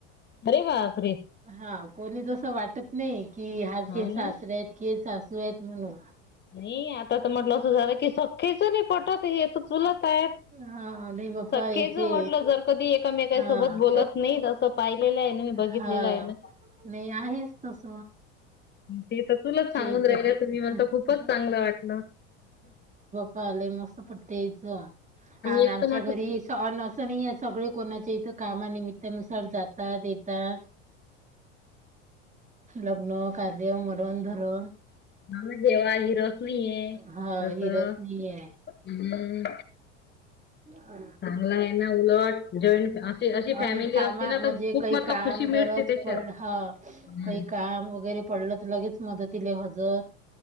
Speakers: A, on the left (about 30°); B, on the right (about 20°).
A: अरे बापरे
B: हा कोणी जस वाटत नाही कि हा
A: हो
B: ते सासरे
A: ना.
B: आहेत. ते सासू आहेत म्हणून.
A: नाही आता तर म्हटलं असं झालं की सखीच नाही पटत हे तर चुलत आहेत.
B: हां, नाही बाप्पा
A: सखेच
B: याचे
A: म्हटलं जर कधी एकामेकासोबत
B: हां,
A: बोलत नाही असं पाहिलेलं आहे मी बघितलेलं
B: हां.
A: आहे ना.
B: नाही आहेच तस.
A: ते तर तुलाच सांगून
B: इथं.
A: राहिले तुम्ही म्हणता खूपच चांगलं वाटलं.
B: आले मस्त पट्टीच आणि
A: एक
B: आमच्या
A: तर म्हटलं
B: घरी सन अस नाही सगळे कोणाच्या इथं कामानिमित्तानुसार जातात, येतात. लग्न, कार्य, मरण, धरण
A: मला जेवाय हिरग पोळी आहे
B: हा
A: जस
B: हिरच नाहीये.
A: हम्म.
B: हा.
A: चांगला आहे ना उलट जॉईंट अस अशी फॅमिली
B: अन कामा
A: असते ना
B: म्हणजे
A: तर खूप
B: काही
A: मका
B: काम
A: खुशी मिळते
B: गरज
A: त्याच्यात.
B: पड हा.
A: हम्म
B: काही काम वगैरे पडलं तर लगेच मदतीले हजर.